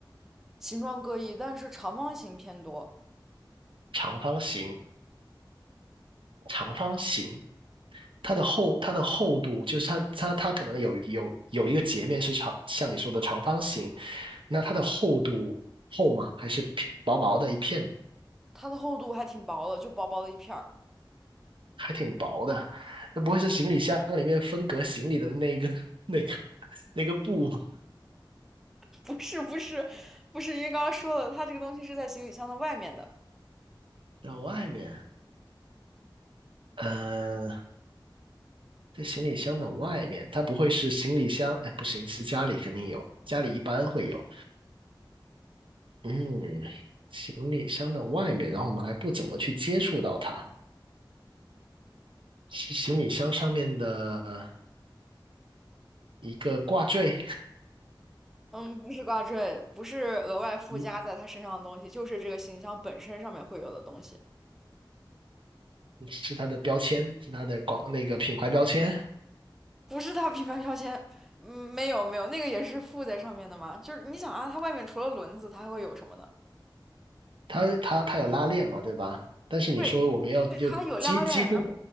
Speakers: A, in the centre; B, on the right.
A: 形状各异，但是长方形偏多，
B: 长方形，长方形它的厚它的厚度就是它它它可能有有有一个截面是长，像你说的长方形，那它的厚度厚吗？还是薄薄的一片，
A: 它的厚度还挺薄的，就薄薄的一片儿。
B: 还挺薄的？那不会是行李箱里面分隔行李的那个那个那个布吧？
A: 不是不是不是，因为刚刚说了，它这个东西是在行李箱的外面的。
B: 然外面，呃，在行李箱的外面，它不会是行李箱？哎，不行，是家里肯定有，家里一般会有。嗯，行李箱的外面，然后我们还不怎么去接触到它，是行李箱上面的一个挂坠，
A: 嗯，不是挂坠，不是额外附加在它身上的东西，
B: 一
A: 就是这个行李箱本身上面会有的东西，
B: 是它的标签，是它的广那个品牌标签，
A: 不是它品牌标签。嗯，没有没有，那个也是附在上面的嘛。就是你想啊，它外面除了轮子，它还会有什么呢？
B: 它它它有拉链嘛，对吧？但是你说我们要就几几乎
A: 对，对，它有拉链，然后